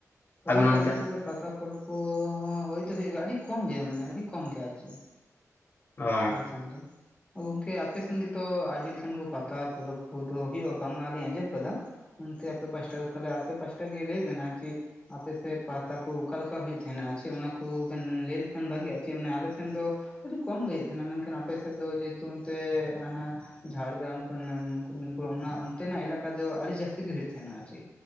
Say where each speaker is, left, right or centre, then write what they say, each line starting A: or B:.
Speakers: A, on the left; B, on the left.
A: ᱦᱳᱭ
B: ᱟᱹᱵᱤᱱ
A: ᱜᱚᱝᱠᱮ
B: ᱚᱱᱛᱮ
A: ᱟᱞᱮ ᱥᱮᱫ ᱫᱚ ᱯᱟᱛᱟ ᱯᱚᱨᱚᱵᱽ ᱠᱚ ᱦᱚᱸ ᱦᱩᱭ ᱫᱚ ᱦᱩᱭᱩᱜ ᱜᱮᱭᱟ, ᱟᱹᱰᱤ ᱠᱚᱢ ᱜᱮ ᱢᱟᱱᱮ ᱟᱹᱰᱤ ᱠᱚᱢ ᱜᱮ ᱟᱨ ᱪᱮᱫ
B: ᱚ
A: ᱟᱞᱮ ᱥᱮᱱ ᱫᱚ ᱾ ᱚ ᱜᱚᱝᱠᱮ ᱟᱯᱮ ᱥᱮᱱ ᱜᱮᱛᱚ ᱟᱰᱤ ᱞᱮᱠᱟᱱ ᱠᱚ ᱯᱟᱛᱟ ᱯᱚᱨᱚᱵᱽ ᱠᱚᱫᱚ ᱦᱳᱭᱳᱜ-ᱟ ᱵᱟᱝ ᱢᱟ ᱞᱤᱧ ᱟᱸᱡᱚᱢ ᱟᱠᱟᱫᱟ᱾ ᱚᱱᱛᱮ ᱟᱯᱮ ᱯᱟᱥᱴᱟ ᱫᱚ ᱛᱟᱞᱦᱮ ᱟᱯᱮ ᱯᱟᱥᱴᱟ ᱜᱮ ᱞᱟᱹᱭ ᱵᱮᱱ ᱟᱨ ᱪᱮ ᱟᱯᱮ ᱥᱮᱫ ᱯᱟᱛᱟ ᱠᱚ ᱚᱠᱟ ᱞᱮᱠᱟ ᱦᱩᱭᱩᱜ ᱛᱟᱦᱮᱸᱱᱟ ᱟᱨ ᱪᱮᱫ ᱚᱱᱟ ᱠᱩ ᱵᱮᱱ ᱞᱟᱹᱭ ᱞᱮᱠᱷᱟᱱ ᱵᱷᱟᱹᱜᱤᱜ-ᱟ ᱪᱮ ᱢᱟᱱᱮ ᱟᱞᱮ ᱥᱮᱱ ᱫᱚ ᱟᱹᱰᱤ ᱠᱚᱢ ᱜᱮ ᱦᱩᱭᱩᱜ ᱛᱟᱦᱮᱱᱟ ᱾ ᱢᱮᱱᱠᱷᱟᱱ ᱟᱯᱮ ᱥᱮᱫ ᱫᱚ ᱡᱮᱦᱮᱛᱩ ᱚᱱᱛᱮ ᱦᱟᱱᱟ ᱡᱷᱟᱲᱜᱨᱟᱢ ᱠᱷᱚᱱ ᱚᱱᱮ ᱢᱩᱠᱩᱴᱢᱩᱱᱤᱯᱩᱨ ᱚᱱᱟ ᱚᱛᱮᱱᱟᱜ ᱮᱞᱟᱠᱟ ᱫᱚ ᱟᱹᱰᱤ ᱡᱟᱹᱥᱛᱤ ᱜᱮ ᱦᱩᱭᱩᱜ ᱛᱮᱦᱮᱱᱟ ᱟᱨ ᱪᱮᱫ᱾